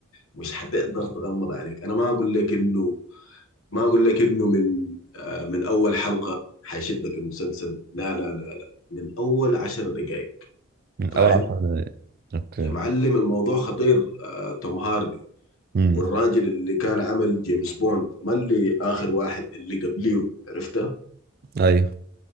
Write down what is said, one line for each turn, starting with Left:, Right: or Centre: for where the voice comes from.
Left: مش حتقدر تغمض عليك انا ما اقول لك انه ما اقول لك انه من آه من اول حلقة حيشدك المسلسل لا لا لا لا من اول عشر دقائق
Right: من
Left: فاهم
Right: اول عشر دقايق اوكي
Left: يا معلم الموضوع خطير آه توم هاردي
Right: امم
Left: والراجل اللي كان عمل جيمس بوند ما اللي اخر واحد اللي قبليه عرفته
Right: ايوه